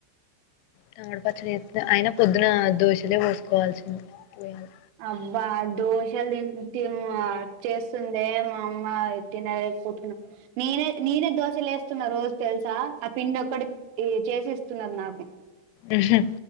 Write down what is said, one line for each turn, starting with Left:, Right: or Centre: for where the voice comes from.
Left: టమాట పచ్చడి అయిన పొద్దున దోశలే పోసుకోవాల్సింది పోయాలి
Right: అబ్బా అ దోశలు తింటే చేస్తుందే మా అమ్మ <unintelligible> నేనే నేనే దోశలేస్తున్నా రోజు తెలుసా ఆ పిండి ఒక్కటి ఈ చేసి ఇస్తున్నారు నాకు
Left: ఉమ్ హా